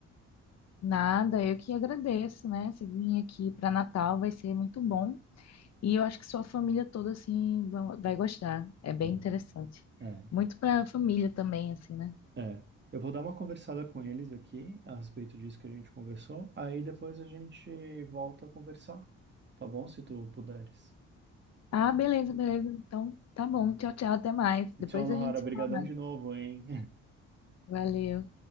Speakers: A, on the left; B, on the right.
A: Nada, eu que agradeço, né? Você vir aqui para Natal vai ser muito bom. E eu acho que sua família toda, assim, vão- vai gostar. É bem
B: Vai.
A: interessante.
B: É,
A: Muito para a família também, assim, né?
B: é. Eu vou dar uma conversada com eles aqui a respeito disso que a gente conversou. Aí depois a gente volta a conversar, tá bom? Se tu puderes.
A: Ah, beleza, beleza. Então, tá bom. Tchau, tchau. Até mais.
B: E
A: Depois
B: Tchau, Nohara.
A: a gente
B: Obrigadão
A: se fala mais.
B: de novo, hein?
A: Valeu.